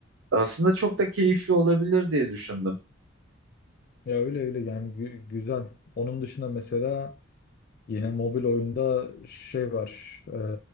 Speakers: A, on the right; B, on the left.
A: aslında çok da keyifli olabilir diye düşündüm.
B: Ya öyle öyle yani gü- güzel. Onun dışında mesela Yine mobil oyunda şey var. eee,